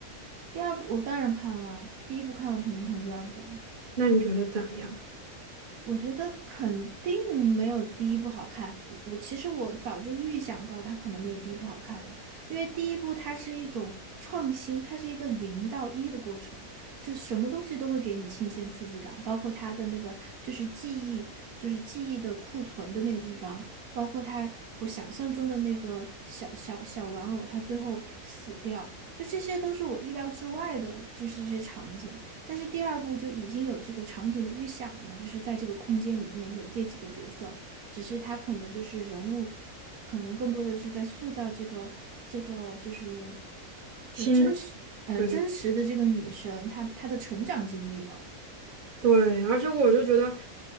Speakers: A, on the right; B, on the right.
A: 第二部我当然看了啊，第一部看我肯定看第二部啊。
B: 那你觉得咋样？
A: 我觉得肯定没有第一部好看。我我其实我早就预想到它可能没有第一部好看了，因为第一部它是一种创新，它是一个零到一的过程，是什么东西都会给你新鲜刺激感，包括它的那个就是记忆，就是记忆的库存的那个地方，包括它我想象中的那个小小小玩偶，它最后死掉，就这些都是我意料之外的，就是一些场景。但是第二部就已经有这个场景的预想了嘛，就是在这个空间里面有这几个角色，只是他可能就是人物，可能更多的是在塑造这个这个就是就真实呃真实的这个女生她她的成长经历了。
B: 新的？对对对，而且我就觉得